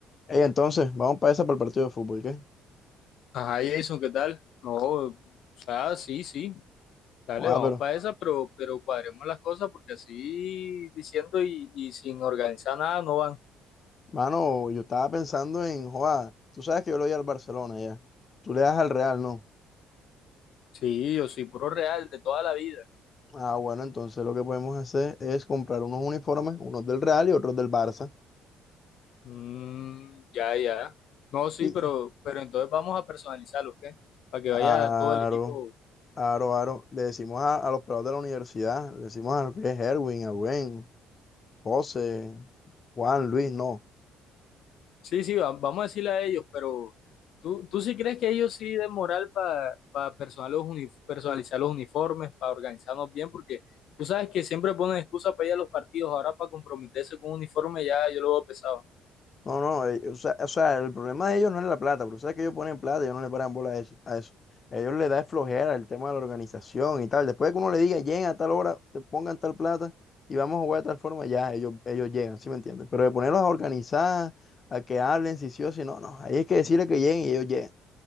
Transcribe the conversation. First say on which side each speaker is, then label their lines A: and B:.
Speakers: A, on the left; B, on the left.
A: Ey, entonces, vamos para esa para el partido de fútbol, ¿qué?
B: Ajá, Jason, ¿qué tal? No, o sea, sí, sí, dale,
A: Ah,
B: vamos
A: pero,
B: para esa, pero, pero cuadremos las cosas porque así diciendo y, y sin organizar nada no van.
A: mano, yo estaba pensando en, joa, tú sabes que yo le voy al Barcelona ya. Tú le das al Real, ¿no?
B: Sí, yo soy puro real de toda la vida.
A: Ah, bueno, entonces lo que podemos hacer es comprar unos uniformes, unos del Real y otros del Barça.
B: Mm, ya, ya. No, sí,
A: Y,
B: pero, pero entonces vamos a personalizarlo, ¿qué? Para que
A: aro,
B: vaya todo el equipo
A: aro, aro, le decimos a, a los pelados de la universidad, le decimos a Herwin, a Gwen, José, Juan, Luis, no.
B: Sí, sí, va- vamos a decirle a ellos, pero ¿tú, tú sí crees que ellos sí den moral para personalizar los uniformes, para organizarnos bien? Porque tú sabes que siempre ponen excusa para ir a los partidos, ahora para comprometerse con un uniforme ya yo lo veo pesado.
A: No, no, eh, o sea, o sea, el problema de ellos no es la plata, pero sabes que ellos ponen plata ellos no le paran bola a eso, a eso. A ellos les da es flojera el tema de la organización y tal. Después de que uno le diga, lleguen a tal hora, te pongan tal plata y vamos a jugar de tal forma, ya ellos, ellos llegan, ¿sí me entiendes? Pero de ponerlos a organizar, a que hablen, si sí o si no, no. Ahí es que decirle que lleguen y ellos llegan.